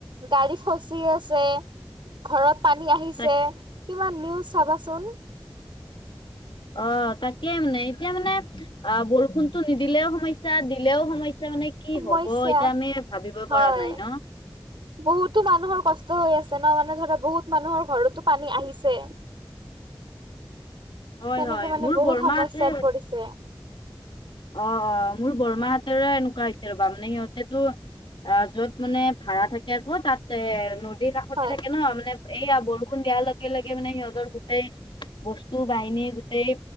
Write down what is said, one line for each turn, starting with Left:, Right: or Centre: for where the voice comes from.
Right: গাড়ী ফচি আছে, ঘৰত পানী আহিছে।
Left: তাকে
Right: কিমান নিউজ চাবাচোন।
Left: অঁ' তাত। তয়ে মানে এতিয়া মানে অ বৰষুণতটো নিদিলেও সমস্যা দিলেও সমস্যা মানে কি
Right: সমস্যা
Left: হব এতিয়া আমি ভাবিবই
Right: হয়।
Left: পৰা নাই ন
Right: বহুতো মানুহৰ কষ্ট হৈ আছে ন মানে ধৰা বহুত মানুহৰ ঘৰতো পানী আহিছে
Left: হয়,
Right: তেনেকে
Left: হয়
Right: মানে
Left: মোৰ
Right: বহুত
Left: বৰমাহঁতে
Right: সমস্যাত পৰিছে
Left: অ অ মোৰ বৰমাহতেৰে এনেকুৱা হৈছে ৰ'বা মানে সিহঁতেটো অ যত মানে ভাড়া থাকে আকৌ তাত এ নদীৰ কাষতে
Right: হয়
Left: থাকে ন মানে এইয়া বৰষুণ দিয়াৰ লগে লগে মানে সিহঁতৰ গোটেই বস্তু বাহিনী গোটেই